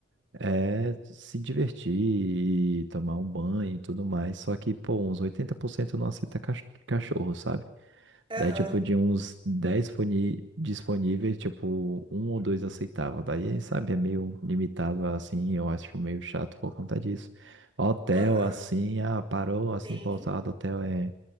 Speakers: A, on the right; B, on the right.
A: é, se divertir e tomar um banho e tudo mais. Só que, pô, uns 80% não aceita cach- cachorro, sabe?
B: Aham,
A: Daí, tipo, de uns 10 disponi- disponíveis, tipo, um ou dois aceitavam. Daí, sabe, é meio limitado assim, eu acho meio chato por conta disso. Hotel,
B: aham,
A: assim, ah, parou, assim,
B: sim.
A: pousada, hotel é